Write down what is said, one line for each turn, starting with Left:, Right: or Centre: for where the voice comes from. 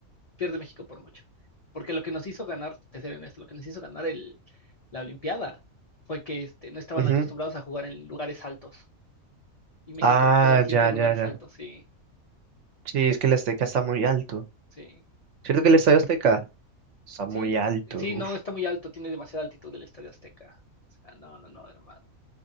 Left: pierde México por mucho. Porque lo que nos hizo ganar, te seré honesto, lo que nos hizo ganar el, la Olimpiada fue que este, no estaban
Right: Ujú.
Left: acostumbrados a jugar en lugares altos. Y México
Right: Ah,
Left: juega siempre
Right: ya,
Left: en lugares
Right: ya, ya.
Left: altos, sí,
Right: Sí, es que el Azteca está muy alto.
Left: sí,
Right: ¿Cierto que el Estadio Azteca está muy
Left: sí,
Right: alto?
Left: sí,
Right: Uf.
Left: no está muy alto, tiene demasiada altitud del Estadio Azteca. O sea, no, no, no, hermano,